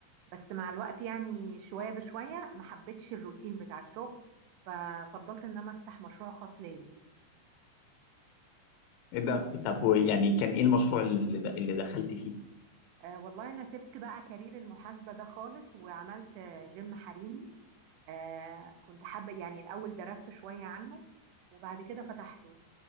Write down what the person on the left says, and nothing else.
ايه ده طب يعني كان ايه المشروع اللي د- اللي دخلتي فيه